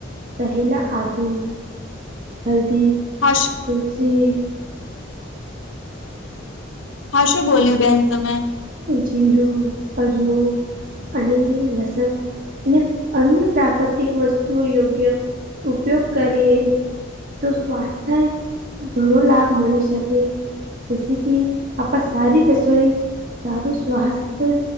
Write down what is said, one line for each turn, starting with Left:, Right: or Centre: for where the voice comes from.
Right: રહેલા આધુ- - હલ્દી- -
Left: હાશ- -
Right: પ. તુલશી- -
Left: હાશુ બોલ્યું બેન તમે.
Right: જીરું, અજમો અને લસન- - અને અન્ય પ્રાકૃતિક વસ્તુઓ યોગ્ય ઉપયોગ કરીએ. -- તો સ્વાસ્થ્ય ઘણો લાભ મળી શકે. જેસે કી આપા સારી રસોઈ સારું સ્વાસ્થ